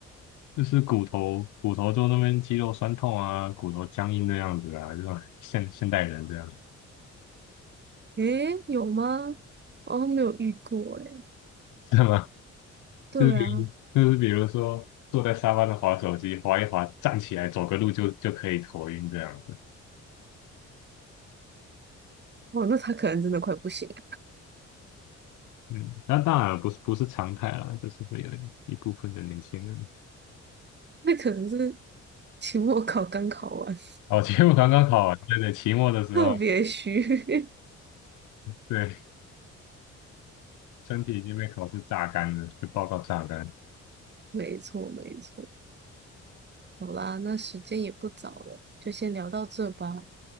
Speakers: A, on the left; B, on the right.
A: 就是骨头骨头就那边肌肉酸痛啊，骨头僵硬的样子啊，这种现现代人这样，
B: 诶，有吗？我好像没有遇过诶。
A: <laughs> 是吗？
B: 对啊，
A: 就是比就是比如说坐在沙发上划手机，划一划站起来走个路就就可以头晕这样子。
B: 哇，那他可能真的快不行了，
A: 嗯，那当然不是不是常态啦，就是会有一部分的年轻人。
B: 那可能是。<laughs> 期末考刚考完，
A: <laughs> 哦，期末刚刚考完，对对，期末的时候，
B: <laughs> 特别虚。<laughs>
A: 对，身体已经被考试榨干了，被报告榨干。
B: 没错，没错。好啦，那时间也不早了，就先聊到这吧。